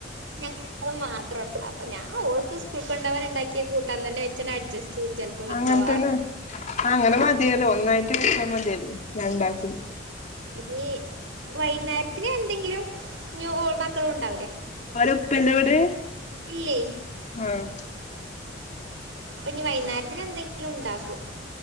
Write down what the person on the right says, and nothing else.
ഞങ്ങ ൾമാത്രള്ളൂ പ്പൊ ഞാൻ ഓൾക്ക് സ്കൂൾകൊണ്ടവാനണ്ടാക്കിയ കൂട്ടാൻ തന്നെ വെച്ചന്നെ അഡ്ജ ചൈചൽപ്പമിക്കവാറു
ഞി വൈക്ന്നേരത്തിന് എന്തെങ്കിലും ന്യൂ ക്കളും ഉണ്ടാവുലേ
ഇല്ലേ?
പ്പഞ് വൈക്ന്നേരത്തിനെന്തെങ്കിലും ണ്ടാക്കും.